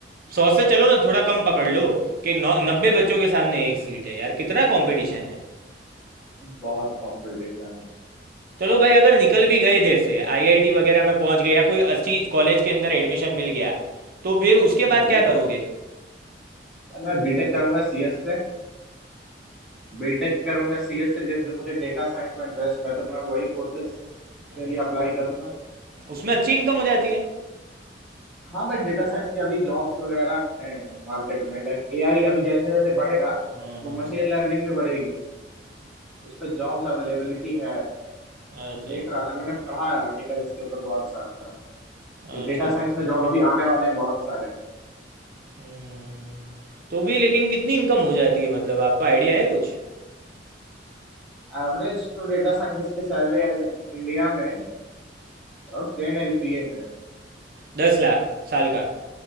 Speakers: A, on the right (about 55°); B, in the centre.
A: सौ से चलो ना थोड़ा कम पकड़ लो कि नौ नब्बे बच्चों के सामने एक सीट है यार कितना कंपटीशन है
B: बहुत कंपटीशन है
A: चलो भाई अगर निकल भी गए जैसे आईआईटी वगैरह में पहुंच गए या कोई अच्छी कॉलेज के अंदर एडमिशन मिल गया तो फिर उसके
B: हम्म
A: बाद क्या करोगे
B: यार मैं बीटेक करूंगा सीएस से बीटेक करूंगा सीएस से जैसे मुझे डेटा साइंस में इंटरेस्ट है तो मैं वही कोर्सेज
A: हम्म,
B: के लिए अप्लाई करूंगा
A: उसमें अच्छी इनकम हो जाती है
B: हाँ भाई डेटा साइंस के अभी जॉब्स वगैरह हैं मार्केट में लाइक एआई अभी जैसे जैसे बढ़ेगा
A: हाँ हाँ
B: वो मशीन लर्निंग भी बढ़ेगी उस पर जॉब्स अवेलेबिलिटी है
A: अच्छा
B: देख
A: अच्छा
B: रहा था मैंने पढ़ा है आर्टिकल इसके ऊपर बहुत सारा कि
A: अच्छा
B: डेटा साइंस
A: ओके
B: में जॉब अभी आने वाले हैं बहुत सारे
A: हम्म, तो भी लेकिन कितनी इनकम हो जाती है मतलब आपको आइडिया है कुछ
B: एवरेज तो डेटा साइंटिस्ट की सैलरी एज इंडिया में और टेन एलपीए है
A: दस लाख साल का